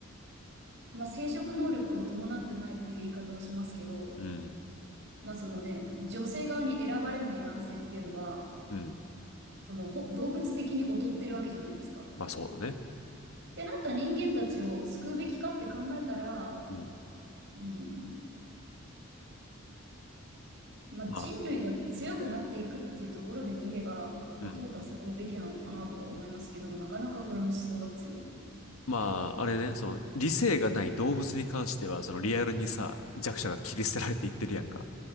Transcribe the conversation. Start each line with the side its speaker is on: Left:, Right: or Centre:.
Right: まあ、生殖能力を伴ってないっていう言い方をしますけど、
Left: うん。
Right: まあそのね、女性側に選ばれない男性っていうのは、
Left: うん。
Right: そのほ動物的に劣ってるわけじゃないですか。
Left: まあそうだね。
Right: ってなった人間たちを救うべきかって考えたら、
Left: うん。
Right: うん、まあ、
Left: まあ、
Right: 人類が強くなっていくっていうところで見れば、まあ、
Left: うん。
Right: 淘汰されるべきなのかなとは思いますけど、なかなかこれも思想が強い。
Left: まあ、あれね、その理性がない動物に関しては、そのリアルにさ、弱者が切り捨てられていってるやんか。